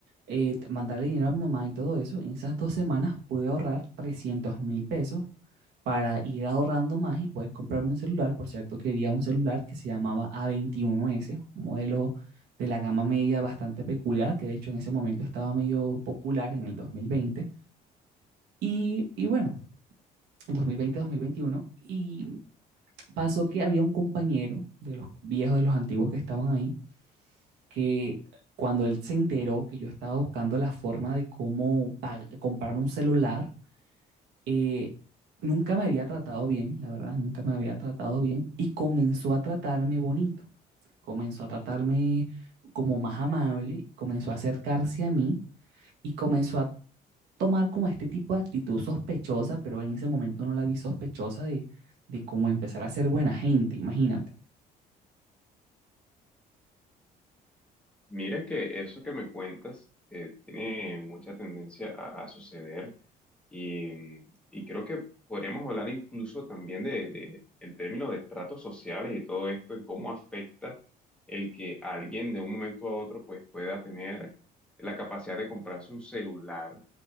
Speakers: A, on the right; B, in the centre.
A: eh, t- mandarle dinero a mi mamá y todo eso, en esas dos semanas pude ahorrar trescientos mil pesos para ir ahorrando más y poder comprarme un celular. Por cierto, quería un celular que se llamaba A21S, un modelo de la gama media bastante peculiar, que de hecho en ese momento estaba medio popular en el 2020. Y, y bueno, 2020-2021. Y pasó que había un compañero de los viejos, de los antiguos que estaban ahí, que cuando él se enteró que yo estaba buscando la forma de cómo pag- comprar un celular, eh, nunca me había tratado bien, la verdad, nunca me había tratado bien y comenzó a tratarme bonito, comenzó a tratarme como más amable, comenzó a acercarse a mí y comenzó a tomar como este tipo de actitud sospechosa, pero en ese momento no la vi sospechosa de, de cómo empezar a ser buena gente, imagínate.
B: Mira que eso que me cuentas eh, tiene mucha tendencia a, a suceder y, mm, y creo que podríamos hablar incluso también de, de el término de estratos sociales y todo esto, en cómo afecta el que alguien de un momento a otro pues pueda tener la capacidad de comprarse un celular,